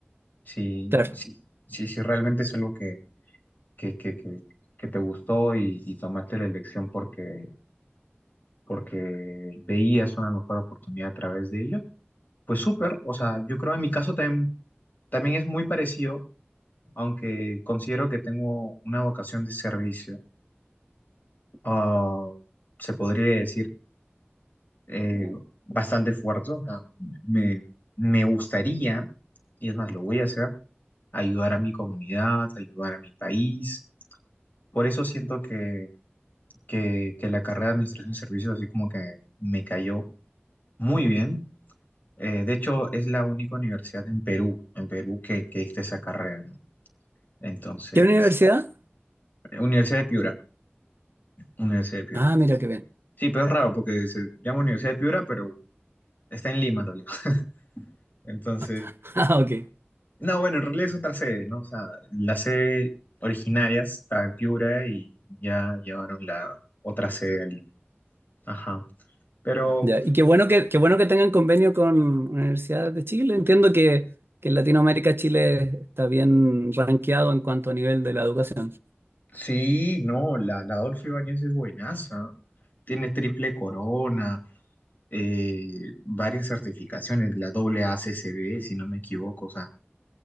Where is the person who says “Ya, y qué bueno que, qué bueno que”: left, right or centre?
Right